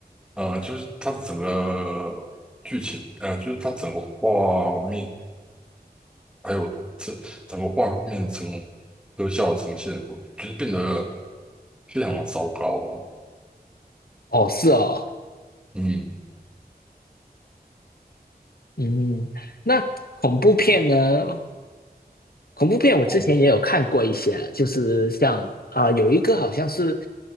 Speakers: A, in the centre; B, on the left.
A: 呃，就是它的整个剧情，呃，就是它整个画面，还有这整个画面呈特效呈现，我觉得变得非常的糟糕啊。
B: 哦，是哦，
A: 嗯，
B: 嗯，那恐怖片呢？恐怖片我之前也有看过一些，
A: 哦。
B: 就是像啊、有一个好像是